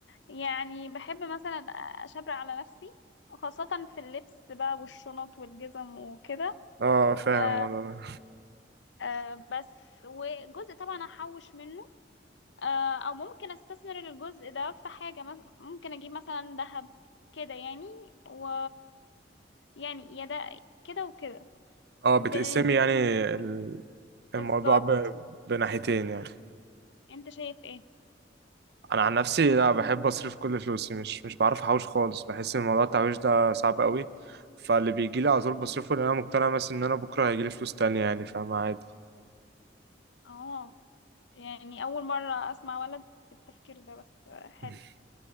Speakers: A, on the left; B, on the right.
A: يعني بحب مثلا اشبر على نفسي خاصة في اللبس بقى والشنط والجزم وكده
B: اه فاهم
A: آه
B: الموضوع ده
A: آه بس وجزء طبعا احوش منه آه او ممكن استثمر الجزء ده في حاجة مثلا ممكن اجيب مثلا ذهب كده يعني و يعني يا ده كده وكده
B: اه
A: بال-
B: بتقسمي يعني ال- الموضوع
A: بالظبط
B: ب... بناحيتين يعني
A: انت شايف ايه
B: انا عن نفسي لا بحب اصرف كل فلوسي مش مش بعرف احوش خالص بحس ان موضوع التحويش ده صعب قوي فاللي بيجي لي على طول بصرفه لان انا مقتنع مثلا ان انا بكره هيجي لي فلوس تانية يعني فاهم عادي
A: اه يعني أول مرة أسمع ولد بالتفكير ده بس حلو
B: <laughs>